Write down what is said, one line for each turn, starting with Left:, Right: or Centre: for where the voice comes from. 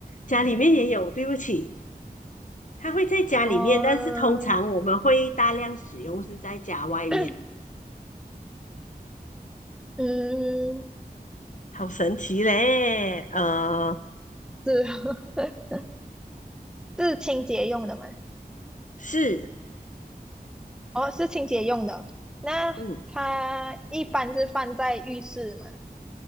Left: 家里面也有，对不起，它会在家里面，
Centre: 哦，
Left: 但是通常我们会大量使用是在家外面，
Centre: <coughs> <clears throat> 嗯，
Left: 好神奇嘞，呃，
Centre: 是 <laughs> 是清洁用的吗？
Left: 是，
Centre: 哦，是清洁用的。那它一般是放在浴室嘛？
Left: 嗯，